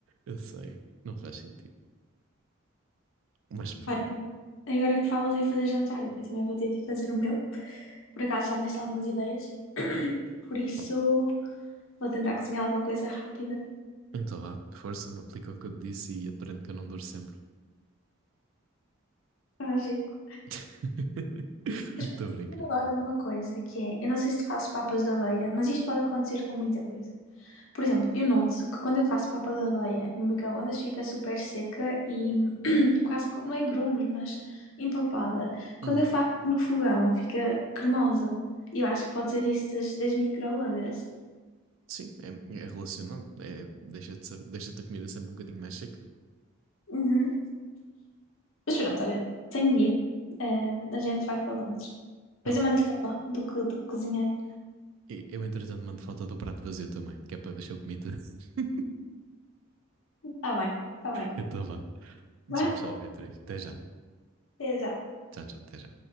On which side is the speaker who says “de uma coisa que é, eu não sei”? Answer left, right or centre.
Left